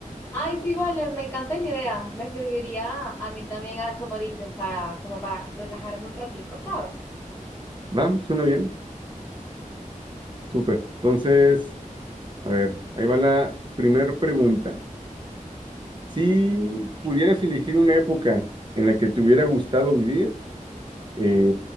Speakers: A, on the left; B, on the right.
A: Ay, sí, vale, me encanta la idea. Me serviría a mí también, a como dices, para, como para relajarme un ratico, ¿sabes?
B: ¿Va? ¿Suena bien? Súper. Entonces, a ver, ahí va la primera pregunta. Si pudieras elegir una época en la que te hubiera gustado vivir, eh,